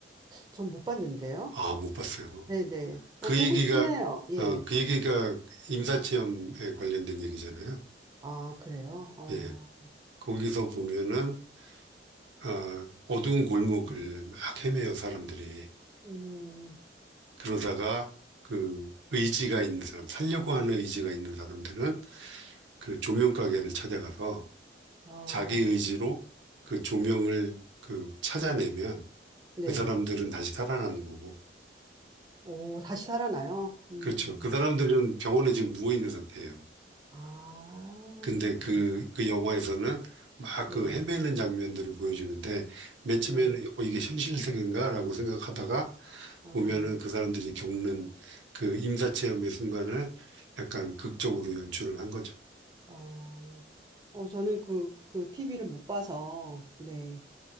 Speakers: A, on the right; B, on the right.
A: 전 못 봤는데요.
B: 아, 못 봤어요.
A: 네, 네.
B: 그
A: 어, 보고
B: 얘기가,
A: 싶긴 해요. 예.
B: 어, 그 얘기가 임사체험에 관련된 얘기잖아요.
A: 아, 그래요? 어,
B: 예. 거기서 보면은, 어, 어두운 골목을 막 헤매요, 사람들이.
A: 음,
B: 그러다가 그 의지가 있는 사람, 살려고 하는 의지가 있는 사람들은 그 조명 가게를 찾아가서
A: 아,
B: 자기 의지로 그 조명을 그 찾아내면
A: 네.
B: 그 사람들은 다시 살아나는 거고.
A: 오, 다시 살아나요? 음,
B: 그렇죠. 그 사람들은 병원에 지금 누워 있는 상태예요.
A: 아,
B: 근데
A: 그래요.
B: 그, 그 영화에서는 막
A: 네,
B: 그 헤매는 장면들을 보여주는데 맨 처음에는
A: 네.
B: 어, 이게 현실 세계인가? 라고 생각하다가
A: 아,
B: 보면은 그 사람들이 겪는 그 임사체험의 순간을 약간 극적으로 연출을 한 거죠.
A: 아, 어, 저는 그, 그 TV를 못 봐서, 네.